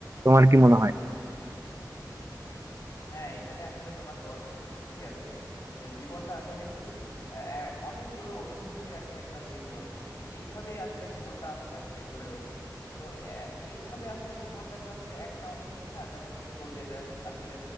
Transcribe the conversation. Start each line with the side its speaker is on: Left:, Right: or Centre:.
Right: তোমার কি মনে হয়
Left: হ্যাঁ এখানে আসলে তোমার দর্শনটা ঠিকই আছে যে জীবনটা আসলে কি আহ, অনেকগুলো অনুভূতির আর কি একটা মেলবন্ধন তো এইভাবেই আসলে জীবনটা আস্তে আস্তে গড়ে ওঠে তো আহ, এইভাবে আসলে জীবনটা তো আসলে একটা অনুভূতি না যেমন তুমি বললে যে আসলে